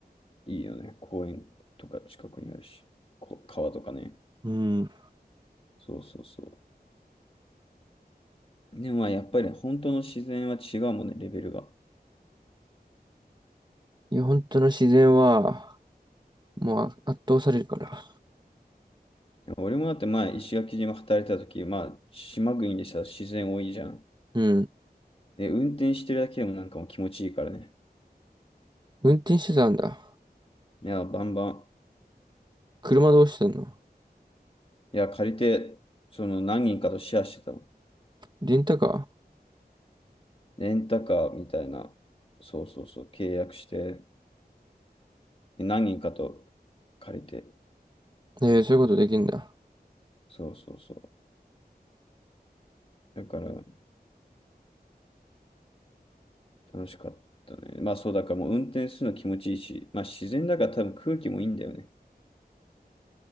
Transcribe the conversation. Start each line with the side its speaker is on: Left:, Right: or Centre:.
Left: いいよね。公園とか近くにあるし、こ川とかね。
Right: うん。
Left: そうそうそう。でもまあやっぱりね本当の自然は違うもんね、レベルが。
Right: いや、本当の自然は、もう圧倒されるから。
Left: 俺もだって前、石垣島働いてた時、まあ島国でさ、自然多いじゃん。
Right: うん。
Left: で、運転してるだけでもなんかもう気持ちいいからね。
Right: 運転手たんだ。
Left: いや、バンバン。
Right: 車どうしてんの
Left: いや、借りて、その何人かとシェアしてたの。
Right: レンタカ
Left: レンタカーみたいな、そうそうそう、契約して、で何人かと借りて、
Right: ーええそういうことできんだ。
Left: そうそうそう。だから、楽しかったね。まあそうだからもう運転するの気持ちいいし、まあ自然だから多分空気もいいんだよね。